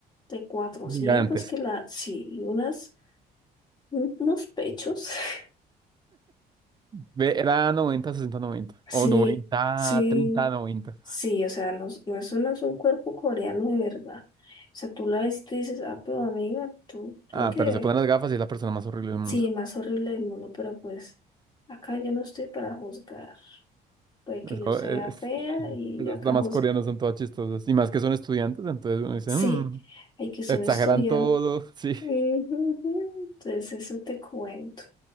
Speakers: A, on the left; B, on the right.
A: de 400
B: gigante.
A: que la, sí, y unas, un- unos pechos. <laughs>
B: Ve, Era 90 60 90
A: Sí,
B: O noventa
A: sí,
B: treinta noventa
A: sí, o sea, no, es- no es, un- no es un cuerpo coreano de verdad. O sea, tú la ves y tú dices, ah, pero amiga, tú lo
B: Ah,
A: que,
B: pero se ponen las gafas y es la persona más horrible del mundo.
A: sí, más horrible del mundo, pero pues acá yo no estoy para juzgar. Puede que
B: Eso
A: yo sea
B: es,
A: fea y
B: esas
A: yo acá
B: damas
A: juzgo.
B: coreanas son todas chistosas. Y más que son estudiantes, entonces uno dice,
A: Sí,
B: "Mm,
A: hay que son
B: exageran
A: estudiantes.
B: todo. <laughs> Sí,
A: Ujú, Entonces, eso te cuento.